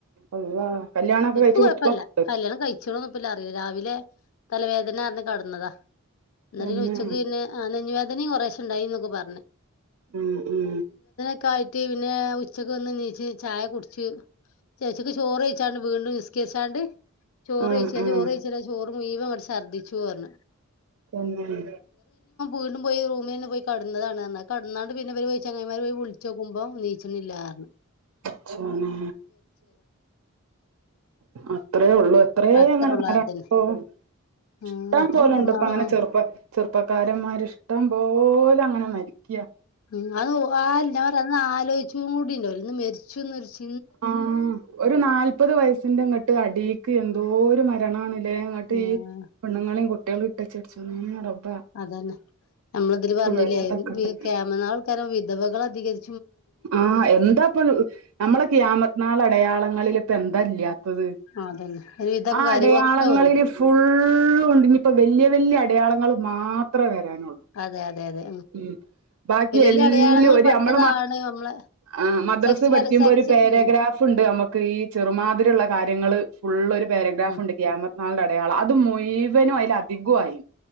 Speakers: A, on the right; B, on the left.
A: അള്ളാ കല്യാണൊക്കെ
B: എ
A: കഴിച്ച
B: കൊഴ
A: കുട്ടികളൊക്കെണ്ട്
B: കണം കഴിച്ച രാവിലെ തലവേദന ആന്ന് കടന്നതാ
A: തന്നെ
B: എന്ന ഉച്ചക്ക് പിന്നെ നെഞ്ഞുവേദനയും കുറ ണ്ടായി എന്നൊക്കെ പറഞ്ഞഞ്
A: ഉം ഉം
B: ായിട്ട് പിന്നെ ഉച്ചക്ക് ഒന്ന് നീച്ച് ചായ കുടിച്ച്ു ചേച്ചിക്ക് ചോറ്ഴച്ചാണ്ട് വീണ്ടും കേശാി ചോറ്
A: ആ ആ
B: ചോറയ്ച്ച ചോറ് മുഴുവൻ ഇങ്ങട്ട് ഛർദിച്ചു <unintelligible>
A: തന്നെ
B: വീണ്ടും പോയി റൂമിലെന്നെ പോയി കെടന്നതാണ്ർഞ്ഞ്. കെട്ന്നാണ്ട് പിന്നെ പോയ് ചെങ്ങായ്മാര് പോയ് വിളിച്ച് നോക്കുമ്പോ നീച്ച്ണില്ലാർഞ്ഞു.
A: പടച്ചോനെ അത്രേ ഉള്ളു കുറെ
B: അത്രേ
A: അങ്ങനണ്ട്
B: ഉള്ളൂ അതന്നെ
A: പ്പോ ഇഷ്ടം
B: ആഹ് എത്ര
A: പോലെുണ്ട്
B: പെട്ടെന്നാ
A: ഇപ്പ അങ്ങനെ ചെറുപ്പ ചെറുപ്പക്കാരന്മാര് ഇഷ്ടം പോലെ അങ്ങനെ മരിക്യ
B: ഉം ആ ഒന്ന് അലോയ്ച്ചൂടി ണ്ടാവൂല ഓൽ ന്ന് മർച്ചും ന്നൊരു ചി
A: ആ ഒരു നാൽ മുപ്പത് വയസ്സിൻ്റെ ഇങ്ങട്ട് അടീക്ക് എന്തോരു മരണമാണ് ലേ ങ്ങട്ട്
B: ആഹ്
A: ഈ പെണ്ണുങ്ങളിം കുട്ട്യാളിം <unintelligible>
B: അതന്നെ നമ്മള തില് പറഞ്ഞില്ലേ
A: വരാതൊക്കട്ടെ
B: കിയാമത് നാൾ അടുക്കാനാവുമ്പോ വിധവകൾ അധികരി
A: ആ എന്താപ്പ നമ്മള കിയാമത്തിനാൾ അടയാളങ്ങളിൽ. ഇപ്പൊ എന്തല്ല്യാ ത്തത്.
B: അതന്നെ ഒരുവിധം
A: ആ
B: കാര്യങ്ങളൊക്കെ
A: അടയാളങ്ങളില്
B: വന്നു
A: ഫുള്ളുണ്ട്. ഞിപ്പോ വല്ല്യ വല്ല്യ ടയാളങ്ങൾ മാത്രേ വരാനുള്ളൂ
B: അതെ അതെ അതെ.
A: ഉം ബാക്കി
B: വലിയ
A: എല്ലും
B: വലിയ അടയാളങ്ങൾ
A: ഇത്
B: പെട്ടതാണ്
A: നമ്മളെ മ.
B: നമ്മളെ
A: ആ മ മദർസ്
B: സെക്സ്
A: പഠിക്കുമ്പോ
B: പര സെക്സ്
A: ഒരു പാരഗ്രാഫ്
B: ഉം
A: ണ്ട് നമ്മക്ക് ഈ ചെറുമാതിരിള്ള കാര്യങ്ങള് ഫുള്ള് ഒരു പാരഗ്രാഫ്
B: ഉം
A: ണ്ട് കിയാമത്ത് നാളുടെ അടയാളം അത് മുഴുവനും അയ്ല് അധികു ആയി.